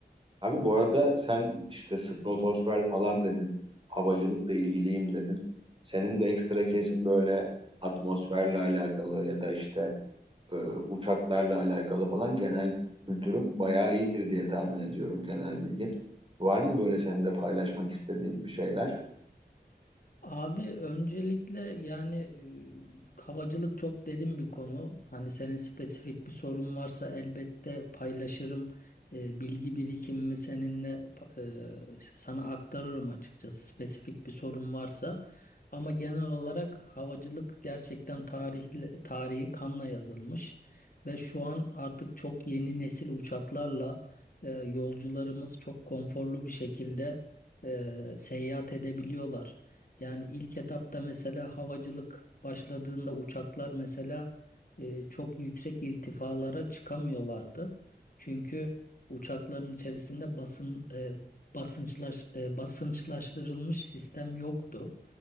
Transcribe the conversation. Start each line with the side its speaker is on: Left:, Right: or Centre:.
Right: Abi bu arada sen işte stratosfer falan dedin. Havacılıkla ilgiliyim dedin. Senin de ekstra kesin böyle atmosferle alakalı ya da işte e, uçaklarla alakalı falan genel kültürün bayağı iyidir diye tahmin ediyorum genel bilgin. Var mı böyle senin de paylaşmak istediğin bir şeyler?
Left: Abi öncelikle yani e, havacılık çok derin bir konu. Hani senin spesifik bir sorun varsa elbette paylaşırım. E, bilgi birikimimi seninle pa- e, sana aktarırım açıkçası spesifik bir sorun varsa. Ama genel olarak havacılık gerçekten tarihle, tarihi kanla yazılmış ve şu an artık çok yeni nesil uçaklarla e, yolcularımız çok konforlu bir şekilde e, seyahat edebiliyorlar. Yani ilk etapta mesela havacılık başladığında uçaklar mesela e, çok yüksek irtifalara çıkamıyorlardı. Çünkü uçakların içerisinde basın e, basınçlaş e, basınçlaştırılmış sistem yoktu.